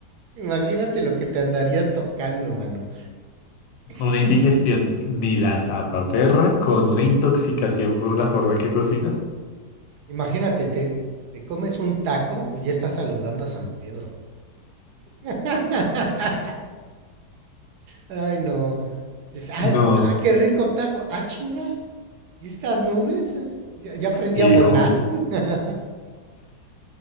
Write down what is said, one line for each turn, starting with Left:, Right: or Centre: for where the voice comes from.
Right: imagínate lo que te andaría tocando, mano. <laughs>
Left: Una indigestión
Right: Hmm.
Left: ni la zapaperra con una intoxicación por la forma en que cocina.
Right: Imagínate, te, te comes un taco y ya estás saludando a San Pedro. <laughs> Ay, no. Dices, "Ah,
Left: No,
Right: ah, qué rico taco. Ah, chinga. ¿Y estas nubes? Eh, ¿Ya, ya aprendí
Left: hijo.
Right: a volar? <laughs>